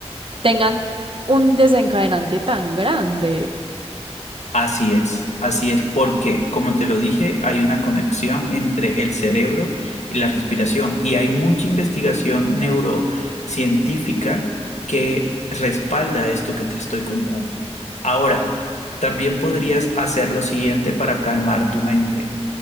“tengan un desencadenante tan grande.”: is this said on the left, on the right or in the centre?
Right